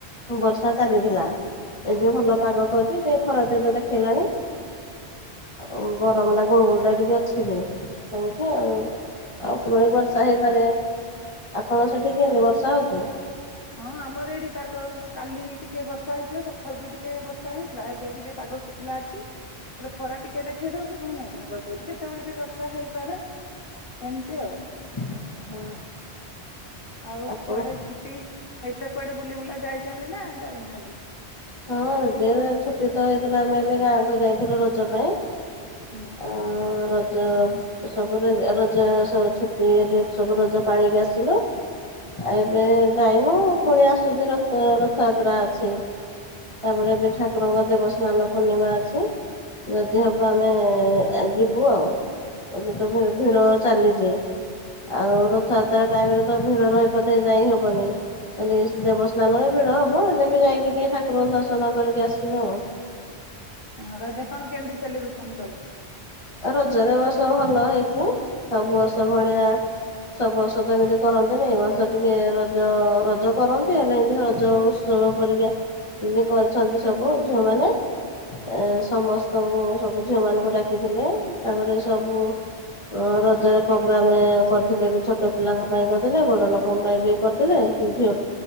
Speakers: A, on the left (about 30°); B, on the left (about 60°).
A: ବର୍ଷା ଚାଲିଥିଲା, ଏବେ ଭଲ ପାଗ କରିଛି ଟିକେ ଖରା ତେଜ ଦେଖେଇଲାଣି। ଆ ଗରମ ଟା ଗୋଳ ଗୋଳ ଟା ଟିକେ ଅଛି ବି ହଉଛି ଆଉ। ଆଉ ପୁୁରଣି
B: ହଁ
A: ବର୍ଷା ହେଇପାରେ, ଆପଣ ସେଠି କେମିତି ବର୍ଷା ହେଉଛି?
B: ହଁ ଆମର ଏଠି ପାଗ ବେଶି କାଲି ଟିକେ ବର୍ଷା ହେଇଥିଲା, ସଖାଳୁ ବି ଟିକେ ବର୍ଷା ହେଇଥିଲା, ଏବେ ଟିକେ ପାଗ ଶୁ ଲା ଅଛି, ବଲେ ଖରା ଟିକେ ଦେଖେଇ ଦଉଛି ପୁଣି ମେଘୁଆ କରିଦଉଛି, କେତେବେଳେ ବି ବର୍ଷା ହେଇପାରେ। ଏମିତି ଆଉ।
A: <unintelligible>
B: ଆଉ
A: ଆପଣ
B: କୁଆଡେ ଛୁ ହେଇଥିଲା କୁଆଡେ ବୁଲି ବୁଲା ଯାଇଛନ୍ତି ନା ଯାଇନାହାନ୍ତି?
A: ହଁ ଏବେ ଛୁଟି ତ ହେଇଥିଲା ଆମେ ଏବେ ଗାଁକୁ ଯାଇଥିଲୁ ରଜ ପାଇଁ।
B: ହୁଁ।
A: ଆ ରଜ ସବୁ <unintelligible> ଛୁଟି ରେ ସବୁ ରଜ ପାଳିକି ଆସିଲୁ। ଏବେ ଯାଇନୁ ଫୁଣି ଆସୁଛି ରଥ ରଥଯାତ୍ରା ଅଛି। ତାପରେ ଏବେ ଠାକୁରଙ୍କ ଦେବ ସ୍ନାନ ପୂର୍ଣ୍ଣିମା ଅଛି। ଯଦି ହବ ଆମେ ଯିବୁ ଆଉ। ଏବେ ତ ଭି ଭିଡ ଚାଲିଛି। ଆଉ ରଥଯାତ୍ରା ଟାଇମ ରେ ତ ଭିଡ ରହିପତେ ଯାଇ ହବନି। ହେଲେ ଦେବସ୍ନାନରେ ଭିଡ ହବ, ହେଲେ ବି ଯାଇକି ଟିକେ ଠାକୁରଙ୍କୁ ଦର୍ଶନ କରିକି ଆସିବି ଆଉ।
B: ହଁ ରଜ କଣ କେମିତି ସେଲିବ୍ରେସନ କଲେ?
A: ରଜରେ ଏ ବର୍ଷ ଭଲ ହେଇଛିି, ସବୁ ବର୍ଷ ଭଳିଆ ସବ୍ ବର୍ଷ ତ ଏମିତି କରନ୍ତିନି, ଏ ବର୍ଷ ଟିକେ ରଜ ରଜ କରନ୍ତି ହେଲେ ଏମିତି ରଜ ଉସ୍ ଜ ପରୀକ୍ଷା ଏମି କରିଛନ୍ତି ସବୁ ଝିଅମାନେ। ଏ ସମସ୍ତଙ୍କୁ ସବୁ ଝିଅ ମାନଙ୍କୁ ଡାକିଥିଲେ, ତାପରେ ସବୁ ଅ ରଜରେ ପ୍ରୋଗ୍ରାମେ କରିଥିଲେ ବି ଛୋଟ ପିଲାଙ୍କ ପାଇଁ କରିଥିଲେ, ବଡ଼ ଲୋକଙ୍କ ପାଇଁ ବି କରିଥିଲେ। ଝିଅ